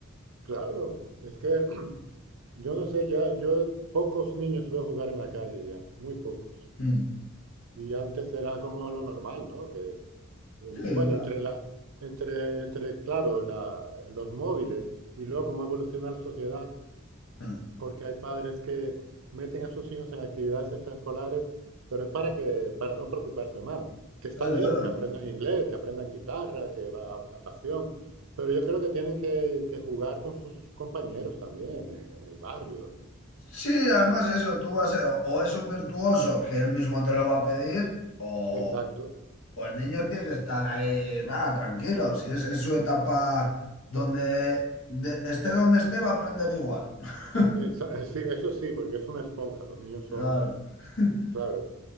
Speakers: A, on the right; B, on the left.
A: claro, es que <clears throat> Yo no sé, ya, yo pocos niños veo jugar en la calle ya, muy pocos.
B: Mm.
A: Y antes era como lo normal, ¿no? Que, eh,
B: Sí,
A: bueno,
B: la-
A: entre la, entre, entre, claro, la- los móviles y luego cómo evoluciona la sociedad,
B: mm.
A: porque hay padres que meten a sus hijos en actividades extraescolares, pero es para que, para no preocuparse más. Que está
B: Es
A: bien,
B: eso,
A: que aprendan inglés, que aprendan guitarra, que va a natación, pero yo creo que tienen que, que jugar con sus compañeros también en, en el barrio
B: Sí, además eso, tú vas a- o es un virtuoso que él mismo te lo va a pedir, o,
A: Exacto.
B: o el niño tiene que estar ahí, va, tranquilo, si es, es su etapa donde de- esté donde esté, va a aprender igual. <laughs>
A: Exa- eh, sí, eso sí, porque es una esponja, los niños son,
B: Claro. <laughs>
A: claro,